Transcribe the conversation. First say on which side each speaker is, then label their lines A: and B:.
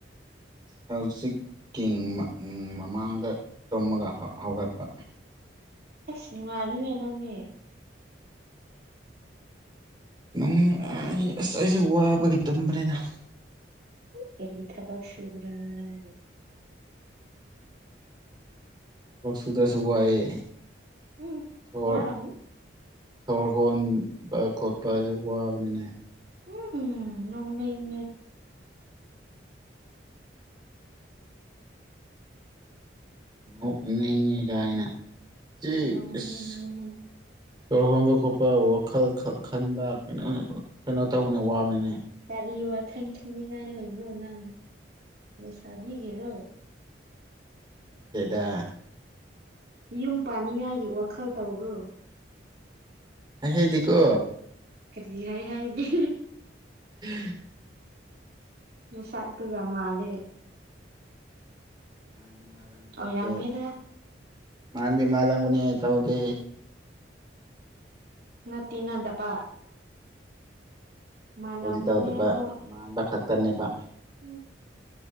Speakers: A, on the right; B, on the right.
A: ꯍꯧꯖꯤꯛꯀꯤꯡ ꯃꯥꯛ ꯃꯃꯥꯡꯗ ꯇꯨꯝꯃꯒ ꯍꯧꯒꯠꯄ
B: ꯑꯁ ꯅꯨꯡꯉꯥꯏꯔꯅꯦ ꯅꯪꯗꯤ
A: ꯅꯨꯡ ꯑꯥꯏ ꯑꯁ ꯑꯩꯁꯦ ꯋꯥꯕꯒꯤ ꯇꯨꯝꯕꯅꯤꯗ
B: ꯀꯔꯤ ꯊꯕꯛ ꯁꯨꯨꯕ꯭ꯔꯥꯅꯦ ꯅꯪꯕꯨ
A: ꯊꯕꯛ ꯁꯨꯗ꯭ꯔꯁꯨ ꯋꯥꯏꯌꯦ
B: ꯎꯝ
A: ꯁꯣꯔ
B: ꯋꯥꯔꯝꯅꯤ
A: ꯁꯣꯔ ꯍꯣꯟꯕ ꯈꯣꯠꯄꯖꯨ ꯋꯥꯕꯅꯤꯅꯦ
B: ꯋꯡ ꯅꯣꯛꯅꯤꯡ
A: ꯅꯣꯛꯅꯤꯡꯉꯦ ꯒꯥꯏꯅ ꯑꯦ
B: ꯅꯣꯛꯅꯤꯡꯉꯦꯍꯦ
A: ꯏꯁ ꯁꯣꯔ ꯍꯣꯟꯕ ꯈꯣꯠꯄ ꯋꯥꯈꯜ ꯈꯠ ꯈꯟꯕ ꯀꯩꯅꯣ ꯀꯩꯅꯣ ꯇꯧꯕꯅꯦ ꯋꯥꯕꯅꯤꯅꯦ
B: ꯀꯔꯤ ꯋꯥꯈꯟ ꯈꯟꯅꯤꯡꯉꯥꯏ ꯂꯩꯕꯔꯣ ꯅꯪ ꯂꯩꯩꯁꯥꯕꯤꯒꯤꯔꯣ
A: ꯇꯦꯗ
B: ꯌꯨꯝ ꯄꯥꯅꯤꯡꯉꯥꯏꯒꯤ ꯋꯥꯈꯜ ꯇꯧꯕ꯭ꯔꯣ
A: ꯍꯥꯏꯍꯩꯗꯦꯀꯣ
B: ꯀꯔꯤ ꯍꯥꯏ ꯍꯥꯏꯗꯤ
A: <inaudible>
B: ꯅꯁꯥꯛ ꯇꯨꯒ ꯃꯥꯜꯂꯦ
A: ꯃꯥꯟꯗꯤ ꯃꯥꯜꯂꯝꯒꯅꯤ
B: ꯑꯣꯏꯔꯝꯅꯤꯗ
A: ꯑꯗꯣ ꯃꯥꯟꯗꯤ ꯃꯥꯜꯂꯝꯒꯅꯤ ꯇꯧꯗꯦ
B: ꯅꯠꯇꯤ ꯅꯠꯇꯕ ꯃꯥꯜꯂꯝꯒꯅꯤ
A: ꯇꯧꯗꯤ ꯇꯧꯗꯕ
B: ꯑꯗꯣ
A: ꯃꯥꯟꯕ ꯈꯛꯇꯅꯦꯕ
B: ꯎꯝ